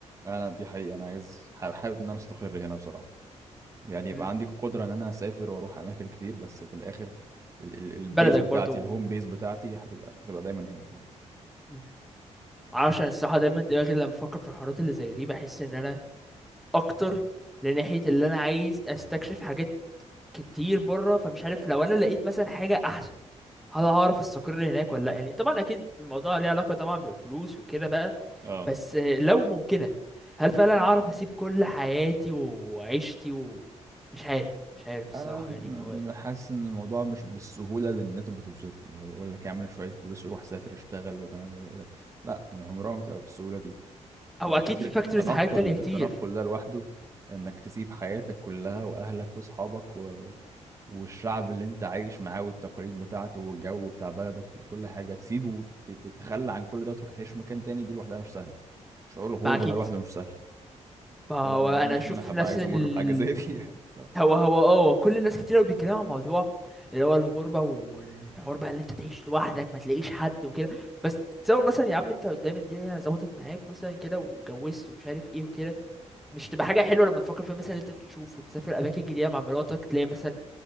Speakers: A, on the right; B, in the centre.
A: انا دي حقيقة انا عايز ح- حابب ان انا استقر هنا بصراحة ويعني يبقى
B: مم.
A: عندي قدرة ان انا اسافر واروح اماكن كتير بس في الاخر ال- ال- البيز
B: بلدك
A: بتاعتي
B: برضو
A: الهوم بيز بتاعتي هتبقى هتبقى دايما هنا فاهم
B: مم. معرفش انا الصراحه دايما دماغي لما بفكر في الحوارات اللي زي دي بحس ان انا اكتر لناحيه اللي انا عايز استكشف حاجات كتير بره فمش عارف
A: اه
B: لو انا لقيت مثلا حاجه احسن هل هعرف استقر هناك ولا لا يعني طبعا اكيد الموضوع ليه علاقه طبعا بالفلوس وكده بقى
A: اه
B: بس آه، لو ممكنه هل فعلا اعرف اسيب كل حياتي وعيشتي ومش عارف مش عارف الصراحه
A: انا م-
B: يعني ما هو
A: حاسس ان الموضوع مش بالسهوله اللي الناس بتوصفه اللي هو يقول لك اعمل شويه فلوس وروح سافر اشتغل وفاهم لا يعني عمرها ما تبقى بالسهوله دي
B: او اكيد
A: فكره
B: في فاكتورز
A: التنقل
B: حياه تانية كتير
A: التنقل ده لوحده انك تسيب حياتك كلها واهلك واصحابك و... والشعب اللي انت عايش معاه والتقاليد بتاعته والجو بتاع بلدك وكل حاجه تسيبه وتتخلى عن كل ده وتروح تعيش في مكان تاني دي لوحدها مش سهله شعور الغربه
B: ما اكيد
A: ده لوحده مش سهل
B: ما هو
A: فلا ما
B: انا
A: اظنش
B: اشوف
A: ان انا هبقى
B: ناس
A: عايز
B: ال...
A: امر بحاجه زي دي <laughs> يعني بصراحه
B: هو هو اه كل الناس كتير قوي بيتكلموا عن موضوع اللي هو الغربه والحوار بقى اللي انت تعيش لوحدك ما تلاقيش حد وكده بس تصور مثلا يا عم انت قدام الدنيا ظبطت معاك مثلا كده واتجوزت ومش عارف ايه وكده مش تبقى حاجه حلوه لما تفكر فيها مثلا إن انت تشوف وتسافر اماكن جديده مع مراتك تلاقي مثلا